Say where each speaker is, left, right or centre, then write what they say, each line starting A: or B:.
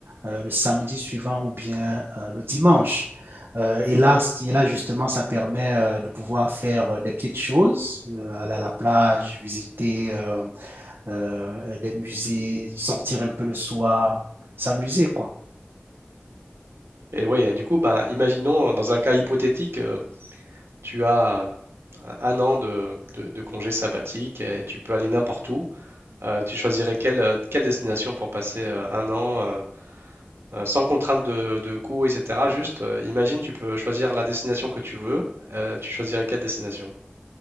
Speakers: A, on the right (about 65°); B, on the right (about 80°).
A: euh, le samedi suivant ou bien euh, le dimanche. Euh, et là, c- et là, justement, ça permet euh, de pouvoir faire euh, des petites choses, euh, aller à la plage, visiter euh, euh, des musées, sortir un peu le soir, s'amuser, quoi.
B: Et oui, du coup, bah, imaginons, euh, dans un cas hypothétique, euh, tu as euh, un an de, de, de congé sabbatique et tu peux aller n'importe où. Euh, tu choisirais quelle, euh, quelle destination pour passer euh, un an euh, sans contrainte de, de coût, etc. Juste, euh, imagine, tu peux choisir la destination que tu veux. euh, tu choisirais quelle destination.